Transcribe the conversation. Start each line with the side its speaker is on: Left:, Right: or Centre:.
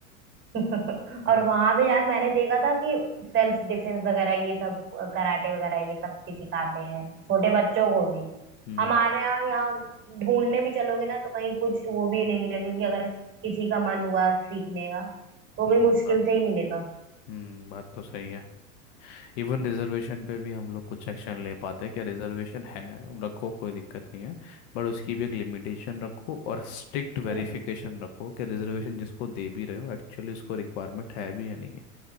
Right: <laughs>
Left: और
Right: और वहां पे यार मैंने देखा था कि सेल्फ डिफेंस वगैरह ये सब कराटे वगैरह ये सब भी सिखाते हैं छोटे बच्चों को भी
Left: हम्म
Right: हमारे यहाँ यहाँ ढूंढने भी चलोगे ना तो कहीं कुछ वो भी नहीं मिलेगा कि अगर किसी का मन हुआ सीखने का तो
Left: हम्म
Right: भी मुश्किल
Left: बात
Right: से ही मिलेगा
Left: हम्म बात तो सही है इवन रिजर्वेशन पे भी हम लोग कुछ एक्शन ले पाते हैं क्या रिजर्वेशन है रखो कोई दिक्कत नहीं है बट उसकी भी एक लिमिटेशन रखो और स्ट्रिक्ट वेरिफिकेशन
Right: ल-
Left: रखो कि रिजर्वेशन जिसको दे भी रहे हो एक्चुअली उसको रिक्वायरमेंट है भी या नहीं है